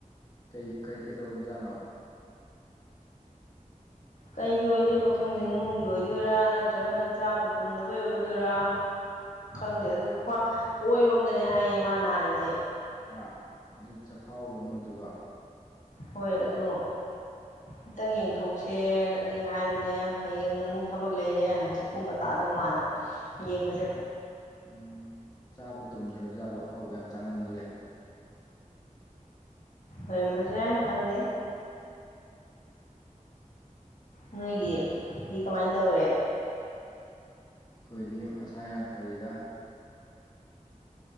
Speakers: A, on the left; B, on the left.
A: ꯀꯩ ꯀꯩ ꯀꯩꯗꯧꯖꯥꯠꯅꯣ
B: ꯀꯩꯒꯤ ꯑꯣꯏꯗꯣꯏꯅꯣ ꯈꯪꯗꯦ ꯅꯨꯡꯒꯤ ꯑꯣꯏꯗꯣꯏꯔꯥ ꯅꯠꯇ꯭ꯔꯒꯅ ꯆꯥꯕ ꯇꯨꯝꯗꯕꯩ ꯑꯣꯏꯗꯣꯏꯔꯥ ꯈꯪꯗꯦ ꯑꯗꯨ꯭ ꯑꯣꯏꯔꯣꯝꯗꯅꯦ ꯍꯥꯏꯌꯦ ꯃꯥ ꯅꯥꯔꯤꯁꯦ
A: ꯑ ꯑꯗꯨ ꯆꯈꯥꯎꯔꯨꯝꯝ ꯑꯣꯏꯗꯣꯏꯕ
B: ꯍꯣꯏ ꯑꯗꯣ
A: <inaudible>
B: ꯈꯤꯇꯪ ꯌꯦꯡꯊꯣꯛꯁꯦꯅꯗꯤ ꯍꯥꯏꯕꯅꯦ ꯍꯌꯦꯡꯅ ꯑꯃꯨꯛ ꯊꯕꯛ ꯂꯩꯔꯦ ꯍꯪꯆꯤꯠꯀꯨꯝꯕ ꯇꯥꯗꯧ ꯃꯥꯜꯂꯦ ꯌꯦꯡꯕꯁꯦ
A: ꯎꯝ ꯆꯥꯕ ꯇꯨꯝꯗ꯭ꯔꯕꯖꯥꯠꯂꯣ ꯑꯍꯥꯎꯕ ꯌꯥꯝ ꯆꯥꯃꯟꯕꯒꯤ
B: ꯑꯣꯏꯔꯝꯕꯁꯨ ꯌꯥꯏ ꯈꯪꯗꯦ ꯅꯣꯏꯒꯤꯗꯤ ꯀꯃꯥꯏꯅ ꯇꯧꯔꯦ
A: ꯑꯩꯈꯣꯏꯗꯤ ꯃꯁꯥ ꯌꯥꯝ ꯐꯔꯤꯗ